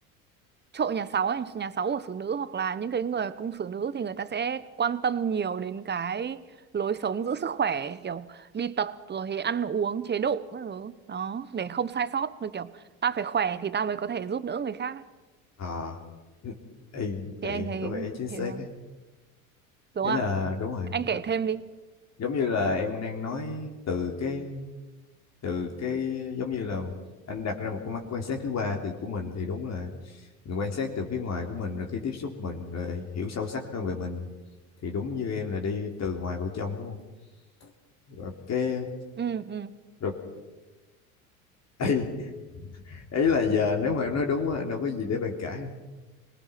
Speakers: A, on the right; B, on the left.
A: trội nhà sáu ấy, nhà sáu của xử nữ hoặc là những cái người cung xử nữ thì người ta sẽ quan tâm nhiều đến cái lối sống giữ sức khỏe kiểu đi tập rồi thì ăn uống chế độ các thứ đó để không sai sót rồi kiểu ta phải khỏe thì ta mới có thể giúp đỡ người khác ấy.
B: à. Ê, vậy
A: thì anh thấy
B: có vẻ chính xác
A: thế sao
B: ấy.
A: đúng
B: Ý
A: không
B: là đúng rồi
A: anh kể
B: đúng.
A: thêm đi
B: giống như là em đang nói từ cái từ cái giống như là anh đặt ra một con mắt quan sát thứ ba từ của mình thì đúng là mình quan sát từ phía ngoài của mình rồi khi tiếp xúc mình rồi hiểu sâu sắc hơn về mình thì đúng như em là đi từ ngoài vào trong đúng không rồi cái
A: ừ ừ
B: rồi <laughs> ấy ấy là giờ nếu mà em nói đúng á, anh đâu có gì để bàn cãi đâu